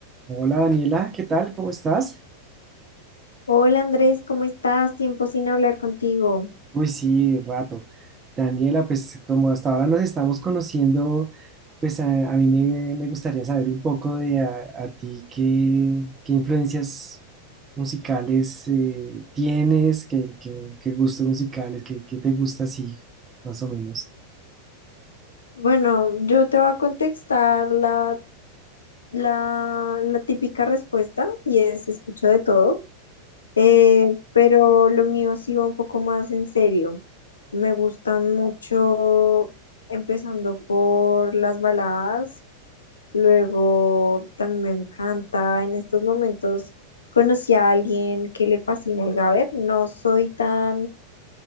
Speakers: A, on the right (about 20°); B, on the left (about 70°).
A: Hola Daniela, ¿qué tal? ¿Cómo estás?
B: Hola Andrés, ¿cómo estás? Tiempo sin hablar contigo.
A: Uy, sí, rato. Daniela, pues como hasta ahora nos estamos conociendo, pues a, a mí me, me gustaría saber un poco de a, a ti qué, qué influencias musicales eh, tienes, qué, qué, qué gustos musicales, qué, qué te gusta así, más o menos.
B: Bueno, yo te voy a contestar la, la, la típica respuesta y es escucho de todo, eh, pero lo mío sí va un poco más en serio. Me gustan mucho, empezando por las baladas, luego también me encanta en estos momentos conocí a alguien que le fascina el gaber. No soy tan